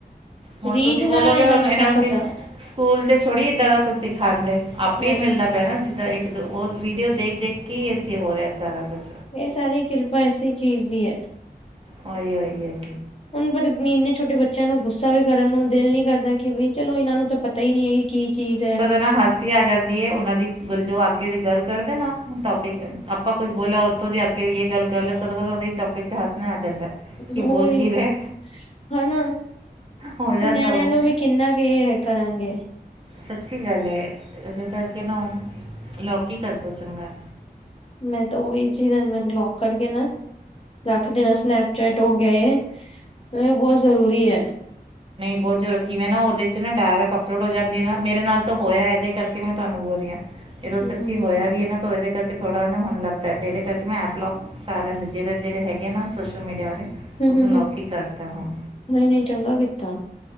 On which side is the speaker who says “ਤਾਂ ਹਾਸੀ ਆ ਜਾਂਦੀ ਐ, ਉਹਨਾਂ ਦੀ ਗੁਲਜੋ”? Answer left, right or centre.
Right